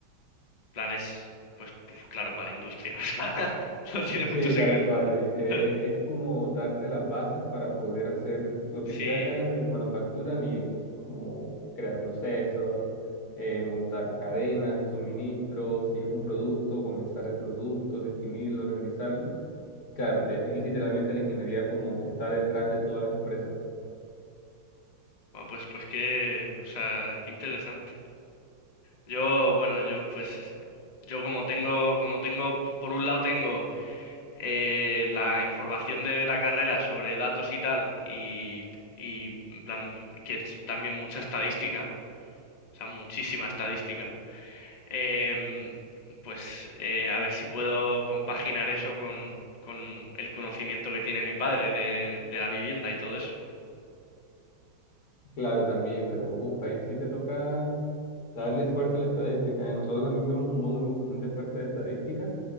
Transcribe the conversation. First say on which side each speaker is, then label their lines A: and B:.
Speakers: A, on the left; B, on the left.
A: Planes, pues, pues claro, para la industria. <laughs> O sea, no tiene mucho
B: Sí,
A: secreto.
B: tal cual. eh,
A: <laughs>
B: eh, es como darte las bases para poder hacer lo
A: Sí,
B: que sea que hagas de manufactura bien, como crear procesos, eh, montar cadenas de suministro, si es un producto, comenzar el producto, definirlo, organizarlo. Y claro, te- es literalmente la ingeniería como que está detrás de todas las empresas.
A: bueno, pues, pues qué, o sea, qué interesante. Yo, bueno, yo pues, yo como tengo, como tengo, por un lado tengo eh, la información de la carrera sobre datos y tal, y, y en plan, que es también mucha estadística, o sea, muchísima estadística. Em, pues eh, a ver si puedo compaginar eso con, con el conocimiento que tiene mi padre de, de la vivienda y todo eso.
B: Claro, también, pero uff, ahí sí te toca darle fuerte a la estadística. eh. Nosotros también vemos un módulo bastante fuerte de estadística.